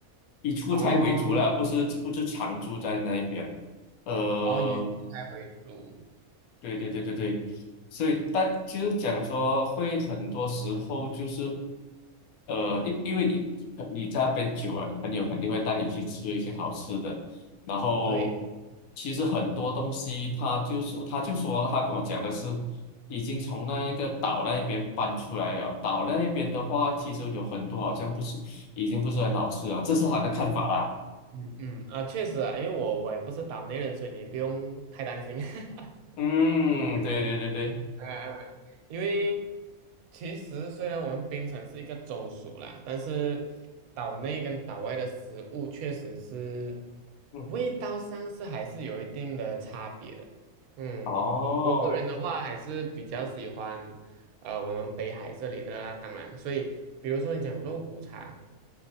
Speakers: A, on the left; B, on the right.
A: 以出差为主了，
B: 哦
A: 不是不是常住在那边，呃，
B: 哦，以蔬菜为主。
A: 对对对对对，所以但就是讲说，会很多时候就是，呃，因因为你你在那边久了，你朋友肯定会带你去吃一些好吃的，然后
B: 对，
A: 其实很多东西，他就说他就说了他跟我讲的是，已经从那个岛那边搬出来了，岛那边的话，其实有很多好像不是已经不是很好吃了，这是他的看法啦。
B: 嗯嗯啊，确实啊，因为我我也不是岛内人，所以你不用太担心。<laughs>
A: 嗯，对对对对，
B: 嗯嗯因为其实虽然我们槟城是一个州属啦，但是岛内跟岛外的食物确实是
A: 嗯，
B: 味道上是还是有一定的差别的。嗯，
A: 哦，
B: 我个人的话还是比较喜欢呃我们北海这里的啦，当然，所以比如说你讲肉骨茶。